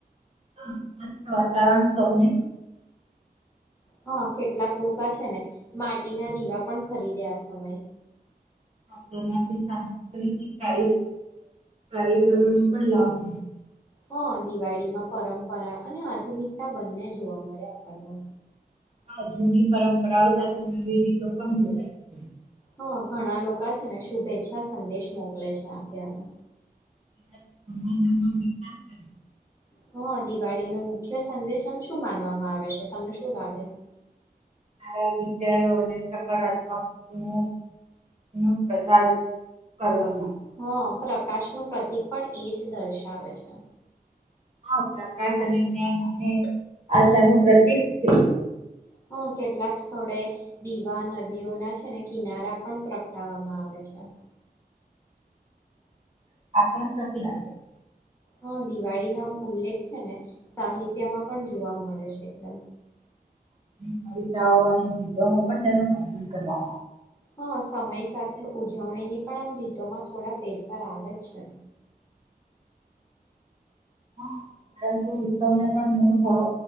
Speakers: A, on the right; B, on the left.
A: હા મસ્ત વાતાવરણ સૌને
B: હા કેટલાક લોકો છે ને માટીના દીવા પણ ખરીદે આ સમય
A: તેનાથી કાર કારીગરોને પણ લાભ હો
B: હ દિવાળીમાં પરંપરા અને આધુનિકતા બંને જોવા મળે આપણને
A: હા જૂની પરંપરાઓ સાથે નવી રીતો પણ જોડાય છે
B: હા ઘણા લોકો છે ને શુભેચ્છા સંદેશ મોકલે છે અત્યારે
A: એનાથી સંબંધોમાં વિકાસ કરે
B: હા દિવાળી નો મુખ્ય સંદેશ આમ શું માનવામાં આવે છે તમને શું લાગે
A: સારા વિચારો અને સકારાત્મક નું નું પ્રચાર કરવામાં આવે
B: હા પ્રકાશ ન પ્રતિક પણ એ જ દર્શાવે છે
A: હા પ્રકાશ અને જ્ઞાન અને આશાનુંું પ્રતિક છે
B: હ કેટલાક સ્થળે દીવા નદીઓના છે ને કિનારા પણ પ્રગટાવામાં આવે છે અચ્છા
A: આકસ્્ટત લાગે
B: હા દિવાળી ના ઉલ્લેખ છે ને સાહિત્યમાં પણ જોવા મળે છે એકદમ
A: કવિતાઓ અને ગીતોમાં પણ તેનું વર્ણન કરવામાં આવે
B: હા સમય સાથે ઉજવણીની પણ આમ રીતોમાં થોડા ફેરફાર આવે છે
A: આવે
B: હ
A: પરંતુ ઉત્સવને પણ મૂળ ભ